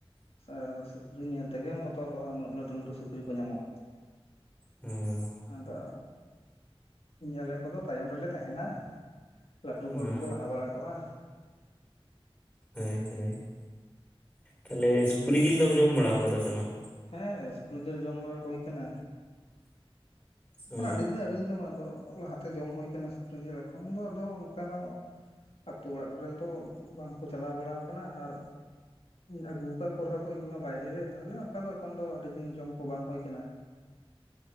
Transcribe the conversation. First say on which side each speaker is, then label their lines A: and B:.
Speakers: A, on the left (about 75°); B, on the left (about 15°).
A: ᱟᱨ ᱥᱩᱠᱨᱤ ᱧᱮᱞ ᱛᱮᱜᱮᱢ ᱵᱚᱛᱚᱨᱚᱜᱼᱟ ᱩᱱᱟᱹᱜ ᱞᱟᱹᱴᱷᱩ ᱞᱟᱹᱴᱷᱩ ᱥᱩᱠᱨᱤ ᱠᱚ ᱧᱟᱢᱚᱜᱼᱟ
B: ᱦᱩᱸ
A: ᱟᱫᱚ ᱟᱞᱮ ᱠᱚᱫᱚ ᱛᱟᱭᱚᱢ ᱨᱮᱞᱮ ᱛᱟᱦᱮᱱᱟ ᱞᱟᱹᱴᱩ ᱦᱚᱲ
B: ᱦᱮᱸ
A: ᱠᱚᱠᱚ ᱞᱟᱦᱟ ᱵᱟᱲᱟ ᱠᱚᱜᱼᱟ
B: ᱦᱳᱭ ᱛᱟᱞᱦᱮᱮ ᱥᱩᱠᱨᱤ ᱡᱤᱞ ᱫᱚᱢ ᱡᱚᱢ ᱵᱟᱲᱟᱣ ᱠᱟᱫᱟ ᱥᱮ ᱵᱟᱝ
A: ᱦᱮᱸ ᱥᱩᱠᱨᱤ ᱡᱮᱞ ᱡᱚᱢ ᱵᱟᱲᱟ ᱦᱩᱭ ᱟᱠᱟᱱᱟ ᱮᱠᱷᱚᱱ
B: ᱚ
A: ᱟᱹᱰᱤ ᱫᱤᱱ ᱟᱹᱣᱨᱤᱧ ᱡᱚᱢᱟ ᱟᱫᱚ ᱞᱟᱦᱟ ᱛᱮ ᱡᱚᱢ ᱦᱩᱭ ᱟᱠᱟᱱᱟ ᱥᱩᱠᱨᱤ ᱡᱤᱞ ᱮᱠᱷᱚᱱ ᱫᱚ ᱟᱫᱚ ᱚᱱᱠᱟ ᱦᱚᱸ ᱟᱛᱳ ᱚᱲᱟᱜ ᱠᱚᱨᱮᱱ ᱫᱚ ᱵᱟᱝ ᱠᱚ ᱪᱟᱞᱟᱣ ᱵᱟᱲᱟ ᱟᱠᱟᱱᱟ ᱟᱨ ᱟᱹᱜᱩ ᱠᱟᱜ ᱠᱚ ᱨᱮᱦᱚ ᱠᱚ ᱤᱧ ᱵᱟᱭᱨᱮ ᱨᱮ ᱛᱟᱦᱞᱮ ᱚᱱᱠᱟ ᱫᱚ ᱮᱠᱷᱚᱱ ᱫᱚ ᱟᱹᱰᱤ ᱫᱤᱱ ᱡᱚᱢ ᱠᱚ ᱵᱟᱝ ᱦᱩᱭ ᱠᱟᱱᱟ